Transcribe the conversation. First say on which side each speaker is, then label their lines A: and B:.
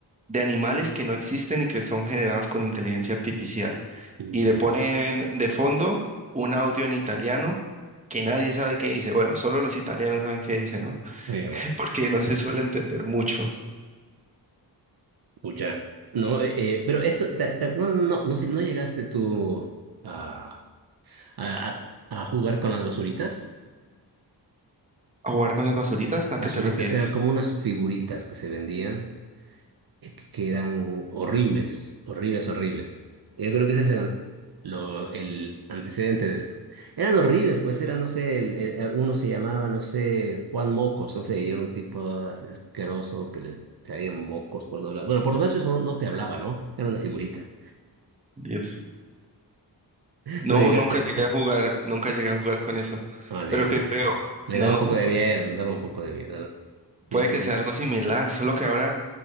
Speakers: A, on the right; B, on the right.
A: de animales que no existen y que son generados con inteligencia artificial.
B: Ujú.
A: Y le ponen de fondo un audio en italiano que nadie sabe qué dice. Bueno, solo los italianos saben qué dice, ¿no?
B: Oye,
A: <laughs>
B: bueno,
A: Porque no se suele entender mucho.
B: pucha. No, eh, eh, pero esto, ta- ta- no, no, no, sé, ¿no llegaste tú a, a, a a jugar con las basuritas?
A: ¿A jugar con las basuritas? ¿A
B: Basuritas
A: qué te refieres?
B: eran como unas figuritas que se vendían, eh, que que eran horribles, horribles, horribles. Yo creo que ese era lo, el antecedente de esto. Eran horribles, pues era, no sé, el- el- eh, uno se llamaba, no sé, Juan Mocos, no sé, y era un tipo así asqueroso que le salían mocos por todos lados. Bueno, por lo menos eso no, no te hablaba, ¿no? Era una figurita.
A: Dios.
B: <laughs>
A: No,
B: No llegaste
A: nunca
B: a
A: llegué
B: eso.
A: a jugar, nunca llegué a jugar con eso.
B: Más
A: Pero
B: bien,
A: qué feo.
B: me
A: No,
B: daba un poco de miedo, me daba un poco de miedo, ¿no?
A: Puede
B: Yo ju-
A: que sea algo similar, solo que ahora,